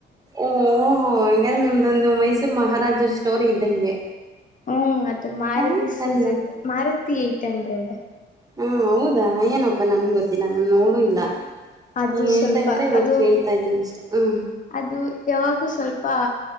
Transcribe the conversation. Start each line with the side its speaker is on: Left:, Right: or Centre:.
Right: ಓಹಓಹೋ ಹಂಗ್ಯಾರ ನಿಮ್ದೊಂದು ಮೈಸೂರು ಮಹಾರಾಜರ ಸ್ಟೋರ್ ಇದ್ದಂಗೆ.
Left: ಹ್ಮ್ ಅದು ಮಾರುತಿ
Right: ಹಾಂ
Left: ಸುಜಕ್
Right: ಅಲ್ವಾ
Left: ಮಾರುತಿ ಏಟ್ ಹಂಡ್ರೆಡ್
Right: ಹಾ ಹೌದಾ ಏನಪ್ಪಾ ನನ್ಗೆ ಗೊತ್ತಿಲ್ಲ ನಾನ ನೋಡು ಇಲ್ಲ
Left: ಅದು
Right: ನೀನ್ ಹೇಳ್ತಾ
Left: ಸ್ವಲ್ಪ
Right: ಇದ್ರೆ ಇವಾಗ
Left: ಅದು
Right: ಹೇಳ್ತಾ ಇದ್ದೀನಿ ಅಷ್ಟೆ ಹ್ಮ್
Left: ಅದು ಯಾವಾಗೂ ಸ್ವಲ್ಪ